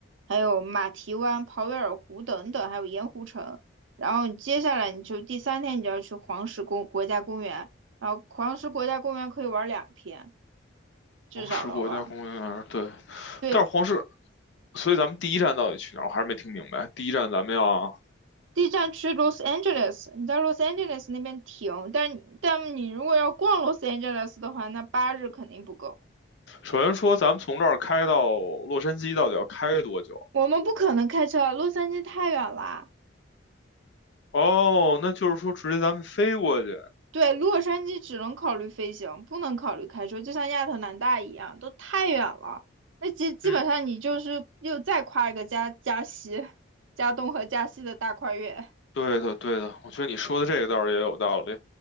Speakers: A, on the right; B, on the left.
A: 还有马蹄湾、鲍威尔湖等等，还有盐湖城。然后你接下来你就第三天你就要去黄石公国家公园，然后黄石国家公园可以玩两天，至少能玩。
B: 黄石国家公园，对，
A: 对，
B: 但是黄石，所以咱们第一站到底去哪儿？我还是没听明白。第一站咱们要，
A: 第一站去 Los Angeles，你在 Los Angeles 那边停，但你但你如果要逛 Los Angeles 的话，那八日肯定不够。
B: 首先说咱们从这儿开到洛杉矶到底要开多久？
A: 我们不可能开车啊，洛杉矶太远啦。
B: 哦，那就是说直接咱们飞过去。
A: 对，洛杉矶只能考虑飞行，不能考虑开车，就像亚特兰大一样，都太远了。那基基本上你就是又再跨一个加加西、
B: 嗯，
A: 加东和加西的大跨越。
B: 对的，对的，我觉得你说的这个倒是也有道理。